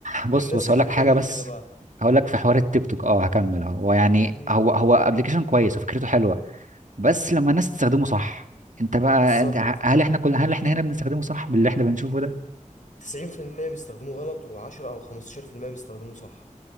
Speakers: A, on the right; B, on the left.
A: بص
B: في الناس
A: بص
B: اللي
A: هقول لك
B: بتعمل
A: حاجه بس
B: كده بقى
A: هقول لك في حوار التيك توك اه هكمل اهو هو يعني
B: مهم.
A: هو هو ابلكيشن كويس وفكرته حلوه بس لما الناس تستخدمه صح انت بقى
B: بالظبط
A: أنت- هل احنا كل هل احنا هنا بنستخدمه صح باللي احنا بنشوفه ده
B: 90% بيستخدموه غلط و10 او 15% بيستخدموه صح